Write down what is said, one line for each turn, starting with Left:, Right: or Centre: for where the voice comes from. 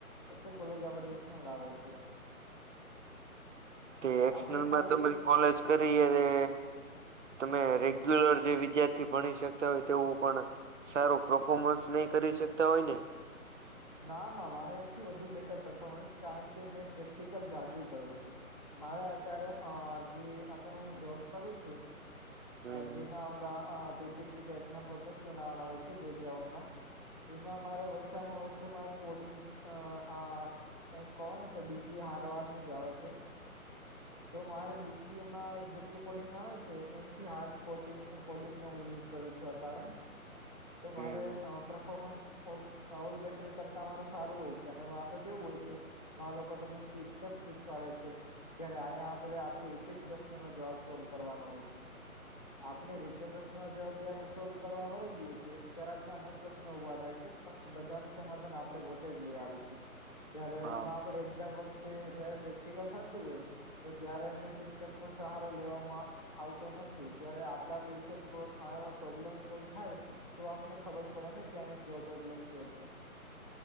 Left: એટલે કોલેજ આપડે એક્સ્ટરનલ આવે છે એમ
Right: તે એક્સ્ટરનલમાં
Left: આપડે ખાલી
Right: તમે કોલેજ કરી એરે તમે રેગ્યુલર જે વિદ્યાર્થી ભણી શકતા હોય તેવું ભણ સારું પફોર્મન્સ નઇ કરી શકતા હોય ને?
Left: ના ના મારે એનથી વધુ બેટર પફોર્મન્સ કારણ કે મેં પ્રેક્ટિકલ જાજુ કરું છું. મારે અત્યારે અહ, જે અટાણે હું જોબ કરું છું
Right: હમ
Left: અહ જેમાં અવડા અહ, પિ પી ટી ટાઈપના ફોટોસ બનાવવાના હોય છે બેકગ્રાઉન્ડમાં એમાં મારે ઓછામાં ઓછું મારે કોડિંગ અહ, અહ એમ કહો ને તો બી સી એ હારો હારનું જ આવે છે. તો મારે બી સી એ માં જેટલું કોડિંગ આવે છે એ એ હાર્ડ કોટિંગ, કોડિંગ નો હું યુઝ કરું છું અટાણે તો
Right: હમ
Left: મારે અહ, પ્રફોમન્સ ઓ અહ, ઓલ બેટર કરતા મારું સારું હોય છે અને વહા પર કેવું હોય છે આ લોકો તમને શિક્ષક શીખવાડે છે. ત્યારે અયા આપણે આપણી રીતે જ પ્રશ્નનોનો જવાબ સોલ્વ કરવાનો હોય છે. આપણે રીતે પ્રશ્નનોનો જવાબ જે આપડે સોલ્વ કરવા વર્ગીયે છીએ ત્યારે આપણે અનેક પ્રશ્ન ઉભા થાય છે. પણ બધાનું સમાધાન આપણે પોતે જ લઈ આવીએ છીએ. જ્યારે
Right: હા
Left: ઓમાં આપણે એક્ઝામ વખ તે જયારે પ્રેક્ટિકલ થતું હોય તો ત્યારે અહિયાં શિક્ષક નો સહારો લેવામાં આવતો ન. થી જયારે આપડે આપણી રીતે જ પ્રો આવો પ્રોબ્લેમ સોલ્વ થાય તો આપને ખબર પડે ને કે અહિયા કયો પ્રોબ્લેમ થયો છે.